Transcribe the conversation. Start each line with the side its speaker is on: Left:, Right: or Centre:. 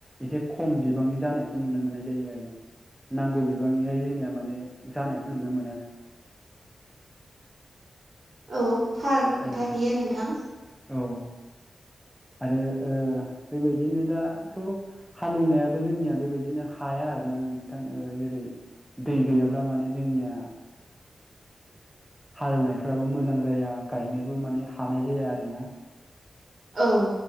Centre: एसे खम बिबांनि जानायखौ नुनो मोननाय जायो आरो। नांगौ बिबांनिहाय जोंनिया माने जानायखौ नुनो मोना।
Right: औ थार खोथा
Centre: औ
Right: बियो नोंथां।
Centre: औ आरो बेबायदिनो दाथ' हालेवनायाबो जोंनिया बेबायदिनो हाया आरोना नोंथां ओ जेरै दै गैयाब्ला माने जोंनिया हालौनायफ्राबो मोजां जाया गायनोबो माने हानाय जाया आरोना।
Right: औ।